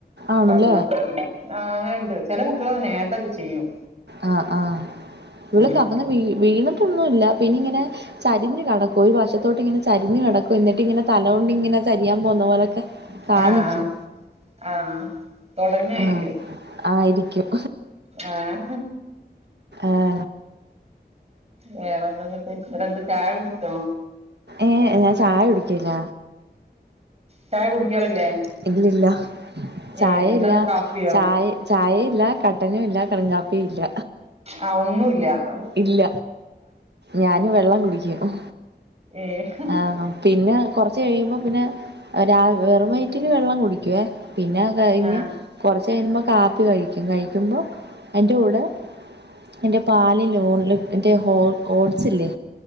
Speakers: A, on the right; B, on the right.
A: ആണല്ലേ
B: കമിഴ്ന്ന് കടക്കണെങ്കി ആഹ് അങ്ങനെണ്ട് ചെല കുട്യോളോക്കെ നേരത്തൊക്കെ ചെയ്യും
A: ആഹ് ആഹ് ഇവള്
B: ഉം
A: കമിഴ്ന്നു വീ വീണിട്ടൊന്നുല്ല പിന്നിങ്ങനെ ചരിഞ്ഞു കടക്കു ഒരു വശത്തോട്ട്ങ്ങനെചരിഞ് കടക്കും എന്നിട്ട്ങ്ങനെ തല കൊണ്ടിങ്ങനെ ചരിയാൻ പോവുന്ന പോലൊക്കെ
B: ആഹ്
A: കാണിക്കും
B: ആഹ് ആഹ് ആഹ് തുടങ്ങായിരിക്കും
A: ആഹ് ആയിരിക്കും
B: ആഹ്
A: ആഹ്
B: വേറെന്താന്നിട്ട് ബെടെന്ത്‌ ചായുടിച്ചോ?
A: ഏഹ് ഞാൻ ചായ കുടിക്കേല്ല.
B: ചായ കുടിക്കാറില്ലേ?
A: ഇല്ലല്ല ചായല്ല
B: ഏഹ് എന്താപ്പൊ കാപ്പിയോ
A: ചായ ചായേല്ല കട്ടനും ഇല്ല കടും കാപ്പിയില്ല
B: ആഹ് ഒന്നൂല്ല ഹ്
A: ഇല്ല ഞാന് വെള്ളം കുടിക്കും
B: ഏഹ്
A: ആഹ് പിന്നെ കൊറച്ച് കഴിയുമ്പോ പിന്നെ രാവ് വെറും വയറ്റില് വെള്ളം കുടിക്കുവേ പിന്നെ കഴിഞ്
B: ആഹ്
A: കൊറച്ച് കഴിയുമ്പോ കാപ്പി കഴിക്കും കഴിക്കുമ്പോ അയിന്റെ കൂടെ എന്റെ പാലിൽ <unintelligible> ഓഡ്സില്ലേ